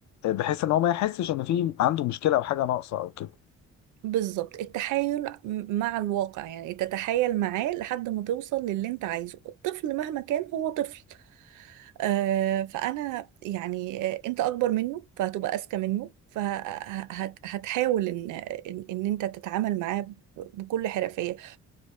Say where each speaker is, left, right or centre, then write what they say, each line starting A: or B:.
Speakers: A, on the left; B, on the right.
A: آه، بحيث إن هو ما يحسش إن في عنده مشكلة أو حاجة ناقصة أو كده
B: بالظبط التحايل م- مع الواقع يعني تتحايل معاه لحد ما توصل للي انت عايزه الطفل مهما كان هو طفل آه فانا يعني آه انت اكبر منه فهتبقى اذكى منه فهتحاول ان ان إن انت تتعامل معاه ب- بكل حرفية